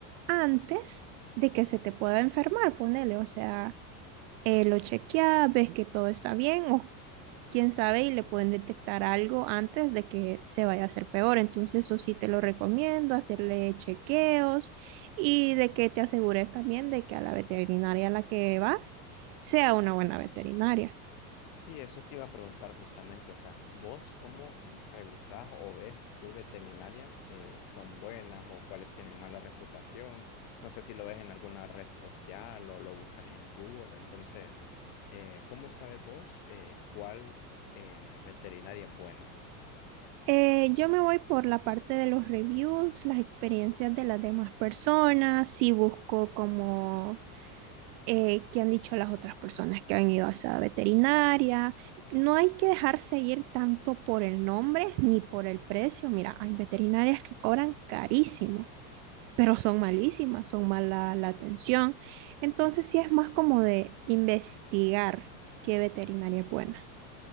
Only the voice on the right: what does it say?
antes de que se te pueda enfermar, ponele, o sea eh, lo chequea, ves que todo está bien o quién sabe y le pueden detectar algo antes de que se vaya a hacer peor. Entonces, eso sí te lo recomiendo, hacerle chequeos y de que te asegures también de que a la veterinaria a la que vas sea una buena veterinaria.
Eh, yo me voy por la parte de los reviews, las experiencias de las demás personas, si busco como eh, qué han dicho las otras personas que han ido a esa veterinaria. No hay que dejarse ir tanto por el nombre ni por el precio. Mira, hay veterinarias que cobran carísimo, pero son malísimas, son mala la atención. Entonces sí es más como de investigar qué veterinaria es buena.